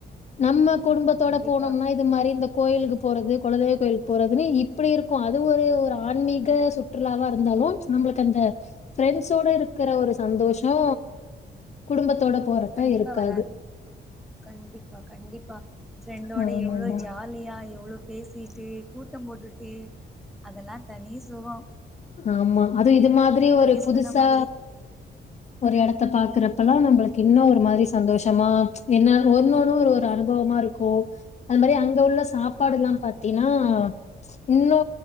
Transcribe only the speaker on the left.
நம்ம குடும்பத்தோட
போனோம்னா இது மாரி இந்த கோயிலுக்கு போறது கொலதெய்வ கோயிலுக் போறதுன்னு இப்டி இருக்கு அது ஒரு ஒரு ஆன்மீக சுற்றுலாவா இருந்தாலு நம்ம கு கந்த ஃபரெண்ட்ஸோட இருக்கிற ஒருஸ் சந்தோஷோ குடும்பத்தோட போறப்ப
இருக்காது.
ஆமாங்க.
ஆமா அது இது மாதிரி ஒரு புதுசா
ஒரு எடத் த பாக்குறப்பெல்லா நம்மளுக்கு இன்ன ஒரு மாரி சந்தோஷமா என்ன ஒன்னொன்னு ஒரு ஒரு அனுபவமா இருக்கு அது மாரி அங்க உள்ள ச சாப்பாடுலா
பாத்தின்னா இன்னு